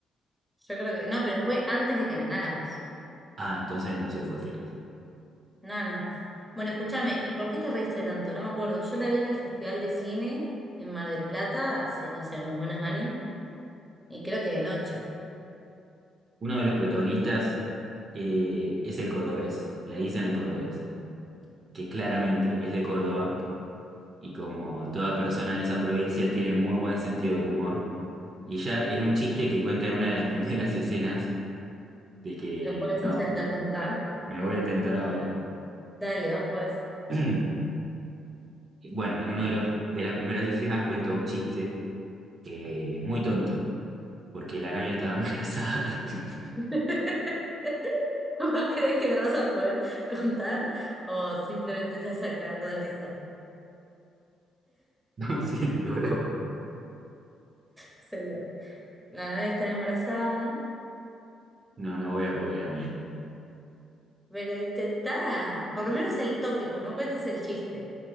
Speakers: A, in the centre; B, on the right (about 45°).
A: Yo creo que, no, pero fue antes de que ganáramos.
B: Ah, entonces no se fue feliz.
A: No, no. Bueno, escúchame, ¿y por qué te reíste tanto? No me acuerdo. Yo la vi en el Festival de Cine en Mar del Plata hace, no sé, unos buenos años. Y creo que de noche.
B: Uno de los protagonistas eh, es el cordobés, le dicen el cordobés, que claramente es de Córdoba y como toda persona de esa provincia tiene muy buen sentido del humor. Y ya en un chiste que cuenta en una de las <laughs> primeras escenas de que
A: ¿Lo podés
B: no,
A: intentar cantar?
B: me voy a tentar ahora.
A: Dale, vos podés.
B: <clears throat> Y Bueno, en una de, los- de las primeras escenas cuenta un chiste eh, muy tonto, porque la novia estaba embarazada. <laughs>
A: <laughs> ¿Vos crees que lo vas a poder contar o simplemente te vas a caer de risa?
B: Entonces, digo,
A: Seguro. La novia está embarazada,
B: no, no no voy a poder a
A: pero intentá. Por lo menos el tópico, no cuentes el chiste.